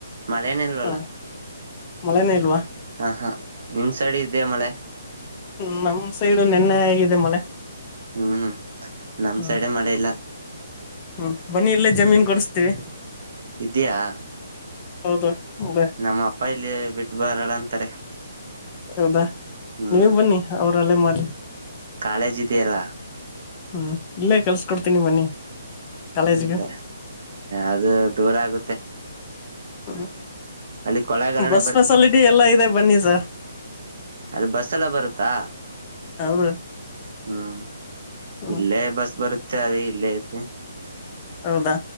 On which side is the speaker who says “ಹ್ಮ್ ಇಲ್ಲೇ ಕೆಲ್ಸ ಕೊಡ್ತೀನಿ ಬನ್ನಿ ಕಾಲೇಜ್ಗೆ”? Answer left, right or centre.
Left